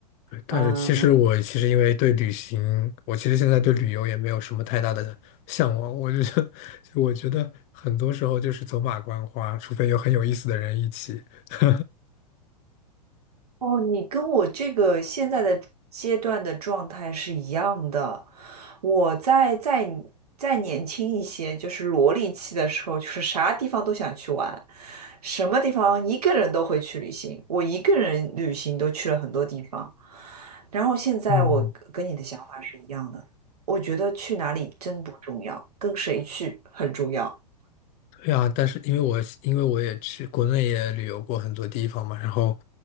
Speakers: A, on the left; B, on the right.
A: 对，但是其实我其实因为对旅行，
B: 嗯。
A: 我其实现在对旅游也没有什么太大的向往。我就觉 <laughs> 就我觉得很多时候就是走马观花，除非有很有意思的人一起。<laughs>
B: 哦，你跟我这个现在的阶段的状态是一样的。我在在再再再年轻一些，就是萝莉期的时候，就是啥地方都想去玩，什么地方一个人都会去旅行。我一个人旅行都去了很多地方。然后现在我跟你的想法是一样的，
A: 嗯
B: 我觉得去哪里真不重要，跟谁去很重要。
A: 对啊，但是因为我因为我也去国内也旅游过很多地方嘛，然后